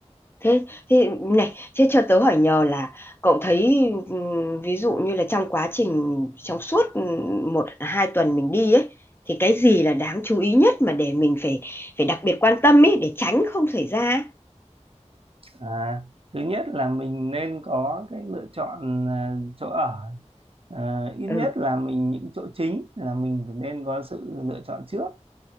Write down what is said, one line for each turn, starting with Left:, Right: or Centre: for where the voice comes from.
Left: thế thế này thế cho tớ hỏi nhờ là cậu thấy ừm, ví dụ như là trong quá trình trong suốt ừm, một hai tuần mình đi ấy thì cái gì là đáng chú ý nhất mà để mình phải phải đặc biệt quan tâm ấy để tránh không xảy ra ấy?
Right: À, thứ nhất là mình nên có cái lựa chọn à, chỗ ở à, ít nhất
Left: ừ
Right: là mình những chỗ chính là mình phải nên có sự lựa chọn trước.